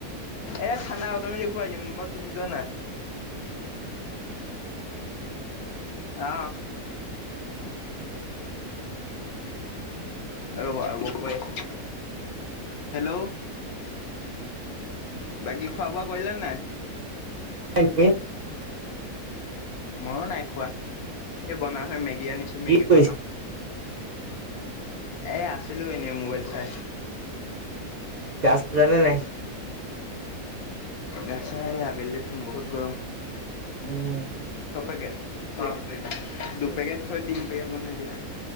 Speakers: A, on the left; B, on the right.
A: এ ঠাণ্ডা অ তমি ঘুৱাই দিম ব তুমি যোৱানা <inaudible> আহ ৰ'ব ৰব কৈ আছো হেল্ল' বাকী খোৱা বোৱা কৰিলে নাই
B: নি
A: ময়ো নাই খোৱা এই বনাওহে মেগী আনিছো
B: কি
A: মেগী
B: কৰিছা
A: বনাওঁ এ আছিলো এনেই মোবাইল চাই
B: গা ধুলা নে নাই
A: গা ছা আবেলি ধুম বহুত গৰম
B: উম
A: চবকে থ দুপেকেট থৈ তিনি পেকেট বনাই দিয়া